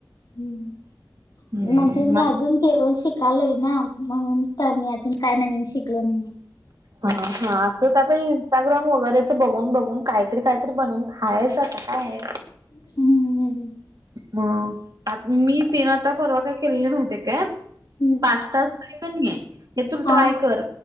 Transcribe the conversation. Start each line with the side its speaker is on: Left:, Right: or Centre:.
Left: हम्म.
Right: हम्म
Left: म्हणजे मी अजून जेवण शिकालोय ना म्हणून तर मी अजून काय नवीन शिकलो नाहीे
Right: हा हा असत आता इन स्टाग्राम वगैरेच बघून बघून काहीतरी काहीतरी बनवून खायच आता काय आहे
Left: हम्म ह्
Right: म आता मी तीनं आता परवा काय केलेली माहितीये काय
Left: हम्म,
Right: पास्ता असतोय की नाही थून
Left: हा
Right: ट्राय कर